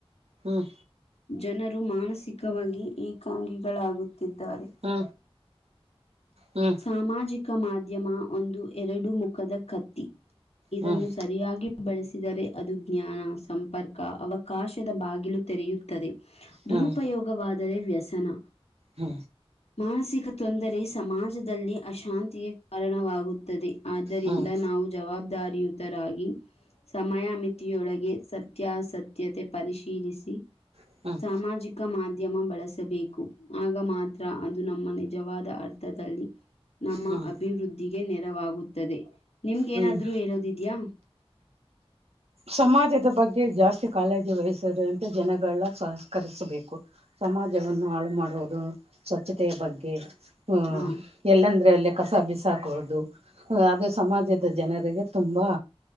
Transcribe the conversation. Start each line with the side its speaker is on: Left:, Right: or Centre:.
Right: ಹ್ಮ್
Left: ಜನರು ಮಾನಸಿಕವಾಗಿ ಏಕಾಂಗಿಗಳಾಗುತ್ತಿದ್ದಾರೆ
Right: ಹಾ ಹ್ಮ
Left: ಸಾಮಾಜಿಕ ಮಾಧ್ಯಮ ಒಂದು ಎರಡು ಮುಖದ ಕತ್ತಿ ಇದನ್ನು
Right: ಹ್ಮ್ ಹ್ಮ್
Left: ಸರಿಯಾಗಿ ಬಳಸಿದರೆ ಅದು ಜ್ಞಾನ ಸಂಪರ್ಕ ಅವಕಾಶದ ಬಾಗಿಲು ತೆರೆಯುತ್ತದೆ ದುರುಪಯೋಗವಾದರೆ
Right: ಹ್ಮ್
Left: ವ್ಯಸನ
Right: ಹಾ
Left: ಮಾನಸಿಕ ತೊಂದರೆ ಸಮಾಜದಲ್ಲಿ ಅಶಾಂತಿಗೆ ಕಾರಣವಾಗುತ್ತದೆ ಆದ್ದರಿಂದ
Right: ಹ್ಮ್
Left: ನಾವು ಜವಾಬ್ದಾರಿಯುತರಾಗಿ ಸಮಯಮಿತಿಯೊಳಗೆ ಸತ್ಯಾಸತ್ಯತೆ ಪರಿಶೀಲಿಸಿ
Right: ಹಾ
Left: ಸಾಮಾಜಿಕ ಮಾಧ್ಯಮ ಬಳಸಬೇಕು ಆಗ ಮಾತ್ರ ಅದು ನಮ್ಮ ನಿಜವಾದ ಅರ್ಥದಲ್ಲಿ ನಮ್ಮ
Right: ಹ್ಮ್
Left: ಅಭಿವೃದ್ಧಿಗೆ ನೆರವಾಗುತ್ತದೆ ನಿಮ್ಗೇಏನಾದ್ರೂ
Right: ಹ್ಮ್
Left: ಹೇಳದಿದ್ಯಾಾ <unintelligible>
Right: ಸಮಾಜದ ಬಗ್ಗೆ ಜಾಸ್ತಿ ಕಾಳಜಿ ವಹಿಸ್ರ ಅಂತ ಜನಗಳನ್ನ ಸಹಸ್ಕರಿಸಬೇಕು ಸಮಾಜವನ್ನು ಹಾಳು ಮಾಡುವುದು ಸ್ವಚ್ಛತೆಯ ಬಗ್ಗೆ ಹ್ಮ
Left: ಹಾಂ.
Right: ಎಲ್ಲಂದ್ರೆ ಅಲ್ಲಿ ಕಸ ಬಿಸಾಕುವುದು ಅದು ಸಮಾಜದ ಜನರಿಗೆ ತುಂಬಾ